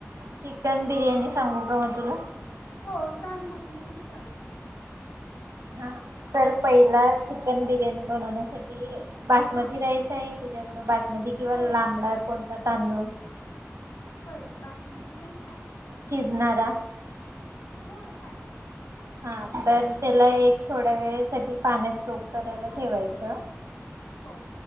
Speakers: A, on the right; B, on the left.
A: चिकन बिर्याणी सांगू का मग तुला?
B: हो सांग कुठलीही चालते.
A: हा तर पहिला चिकन बिर्याणी बनवण्यासाठी बासमती
B: हा
A: राईस आहे. तुझ्याकड बास मती किंवा
B: होय
A: लांबडा
B: बास
A: कोणता तांदूळ
B: होय बासमती तेन हाय
A: नारा
B: होय हाय
A: हा तर त्याला एक थोड्या वेळेसाठी पाण्यात सोक करायला ठेवायचं.
B: हो